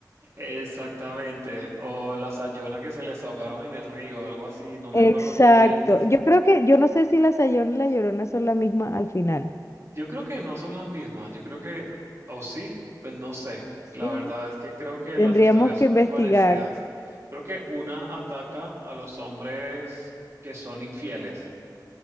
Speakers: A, on the right; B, on the left.
A: Exactamente. O la sayona que se les ahogaron en el río, algo así, no me
B: Exacto.
A: acuerdo muy bien.
B: Yo creo que, yo no sé si la Sayona y la Llorona son la misma al final.
A: Yo creo que no son las mismas, yo creo que, o sí, pues no sé. La
B: Sí.
A: verdad es que creo que
B: Tendríamos
A: las historias
B: que
A: son
B: investigar.
A: muy parecidas. Creo que una ataca a los hombres que son infieles